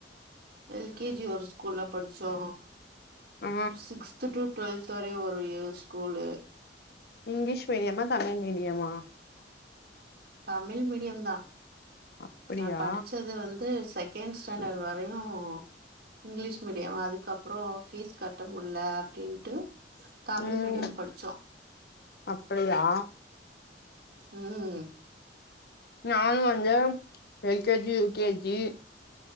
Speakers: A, on the right; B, on the left.
A: எல் கே ஜி ஒரு ஸ்கூல்ல படிச்சோ
B: ஆ
A: சிக்ஸ்து டு டுவெல்த் வரை ஒரே ஸ்கூலு
B: இங்கிலீஷ் மீடியமா தமிழ் மீடியமா
A: தமிழ் மீடியோ தா
B: அப்படியா
A: நா படிச்சது வந்து செகண்ட் ஸ்டாண்டர்ட் வரையு இங்கிலீஷ் மீடியோ அதுக்கப்பறோ ஃபீஸ் கட்டமுடில அப்டிண்ட்டு தமிழ்
B: ம்
A: மீடியோ படிச்சோ
B: அப்படியா
A: ம்
B: நானு வந்து L K G U K G